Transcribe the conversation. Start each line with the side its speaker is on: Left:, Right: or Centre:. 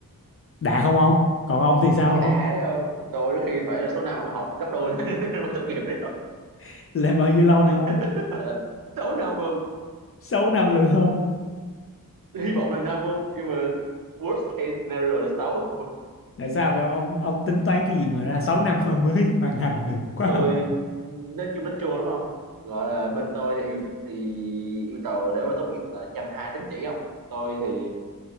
Left: đã không không còn ông thì sao
Right: Khi đã
Left: không
Right: đấy không? Tôi đôi khi phải là số năm ông học gấp đôi <laughs> mới tốt nghiệp đấy không?
Left: <laughs> là bao nhiêu lâu nữa không
Right: <laughs> số năm mà
Left: sáu năm nữa
Right: Hy vọng là năm không? Nhưng mà worst case scenario là sáu.
Left: tại sao vậy ông ông ông tính toán cái gì mà ra 6 năm ông mới <laughs> hoàn thành được
Right: <laughs>
Left: quá
Right: Tôi
Left: không
Right: nên chung nó trôi đúng không? Gọi là bên tôi thì yêu thì yêu cầu để mà tốt nghiệp là một trăm hai mươi tín chỉ không? Tôi thì